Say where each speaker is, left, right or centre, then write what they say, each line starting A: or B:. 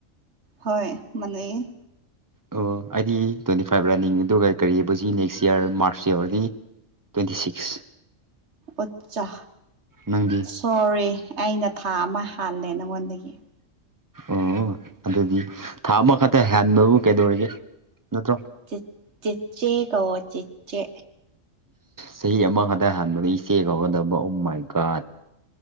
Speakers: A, on the right (about 60°); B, on the right (about 15°).
A: ꯍꯣꯏ ꯃꯥꯟꯅꯩꯌ‌ꯦ
B: ꯑꯣ ꯑꯩꯗꯤ ꯇ꯭ꯋꯦꯟꯇꯤ ꯐꯥꯏꯚ ꯔꯟꯅꯤꯡ ꯑꯗꯨꯒ ꯀꯔꯤꯖꯤ ꯅꯦꯛꯁ ꯌꯔ ꯃꯥꯔꯁ ꯌꯧꯔꯗꯤ ꯇ꯭ꯋꯦꯟꯇꯤ ꯁꯤꯛꯁ
A: ꯑꯆꯥ
B: ꯅꯪꯗꯤ
A: ꯁꯣꯔꯤ ꯑꯩꯅ ꯊꯥ ꯑꯃ ꯍꯥꯜꯂꯦ ꯅꯪꯉꯣꯟꯗꯒꯤ
B: ꯑꯣ ꯑꯗꯨꯗꯤ ꯊꯥ ꯑꯃꯈꯛꯇ ꯍꯥꯟꯕꯕꯨ ꯀꯩꯗꯧꯔꯤꯒꯦ ꯅꯠꯇ꯭ꯔꯣ
A: ꯆꯤꯠ ꯆꯤꯠꯆꯦ ꯀꯧꯑꯣ ꯆꯤꯠꯆꯦ
B: ꯆꯍꯤ ꯑꯃ ꯈꯛꯇ ꯍꯥꯟꯕꯗ ꯏꯆꯦ ꯀꯧꯒꯗꯕ ꯑ‌ꯣꯃꯥꯏ ꯒ‌ꯣꯠ